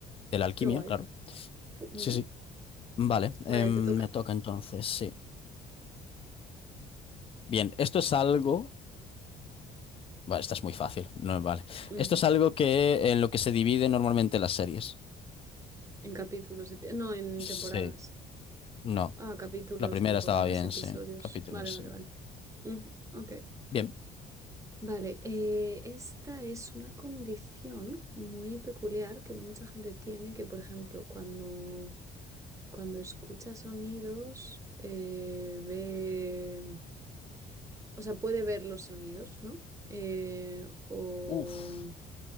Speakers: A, on the left; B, on the right.
A: de la alquimia,
B: qué guay.
A: claro.
B: Ujú.
A: Sí, sí. Vale, em,
B: Vale, te toca.
A: me toca entonces, sí. Bien, esto es algo. Vale, esta es muy fácil. No, vale.
B: Ujú.
A: Esto es algo que en lo que se divide normalmente las series.
B: En capítulos, epi- no, en
A: Sí.
B: temporadas.
A: No,
B: Ah, capítulos,
A: la primera
B: temporadas,
A: estaba bien,
B: episodios.
A: sí. Capítulos,
B: Vale, vale,
A: sí.
B: vale. Ujú, ok.
A: Bien.
B: Vale, eh, esta es una condición muy peculiar que no mucha gente tiene, que por ejemplo cuando, cuando escucha sonidos, eh, ve, o sea, puede ver los sonidos, ¿no? Eh, o,
A: Uf.